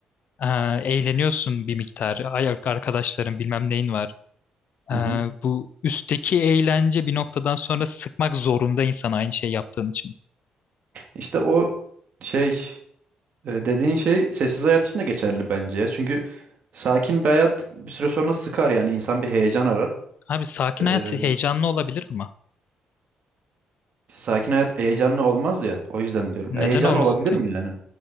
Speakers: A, on the left; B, on the right.
A: e, eğleniyorsun bir miktar. Ay arkadaşların bilmem neyin var. E,
B: Hı hı.
A: bu üstteki eğlence bir noktadan sonra sıkmak zorunda insan aynı şey yaptığın için.
B: İşte o şey e, dediğin şey sessiz hayat için de geçerli bence ya. Çünkü sakin bir hayat bir süre sonra sıkar yani insan bir heyecan
A: Abi sakin
B: arar.
A: hayat heyecanlı olabilir ama
B: İşte sakin hayat heyecanlı olmaz ya. O yüzden diyorum.
A: neden
B: E, Heyecanlı
A: olmasın
B: olabilir
A: ki?
B: mi yani?